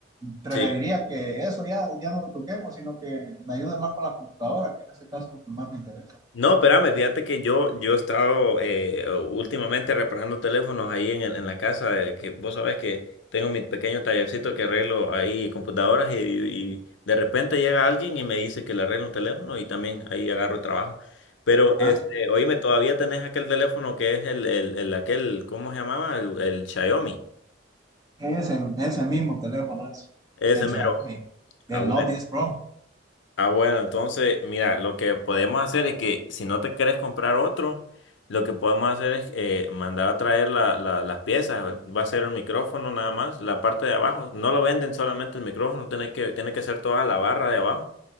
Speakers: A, on the right; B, on the left.
A: preferiría
B: Sí.
A: que eso ya, ya no lo toquemos, sino que me ayude más con la computadora, que en ese caso es lo que más me interesa.
B: No, espérame, fíjate que yo, yo he estado eh, últimamente reparando teléfonos ahí en, el- en la casa, eh, que vos sabés que tengo mi pequeño tallercito que arreglo ahí computadoras y, y- y de repente llega alguien y me dice que le arreglo un teléfono y también ahí agarro el trabajo. Pero,
A: Ah,
B: este, oíme, todavía tenés aquel teléfono que es el, el, el aquel, ¿cómo se llamaba? El, el Xiaomi.
A: ese, ese mismo teléfono es
B: Ese
A: el
B: mero.
A: Xiaomi,
B: Ah,
A: el
B: bueno.
A: Note 10 Pro.
B: Ah, bueno, entonces, mira, lo que podemos hacer es que si no te quieres comprar otro, lo que podemos hacer es eh, mandar a traer la- la- las piezas. Va a ser el micrófono nada más, la parte de abajo. No lo venden solamente el micrófono, tiene que, tiene que ser toda la barra de abajo,